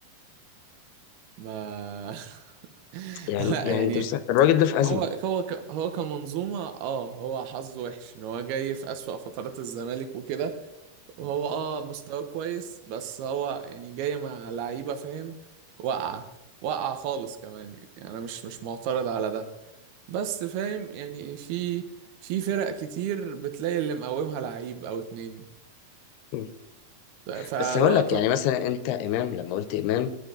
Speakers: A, on the right (about 80°); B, on the left (about 80°).
A: ما <laughs>
B: يعني
A: لا
B: يعني
A: يعني
B: انت مست- الراجل ده في ازمه
A: هو هو ك- هو كمنظومة اه هو حظه وحش ان هو جاي في أسوأ فترات الزمالك وكده وهو اه مستواه كويس بس هو يعني جاي مع لعيبة فاهم واقعة واقعة خالص كمان يعني انا مش مش معترض على ده بس فاهم يعني في في فرق كتير بتلاقي اللي مقومها لعيب او اتنين
B: مم.
A: فلقطة
B: بس هقول لك يعني مثلا انت امام لما قلت امام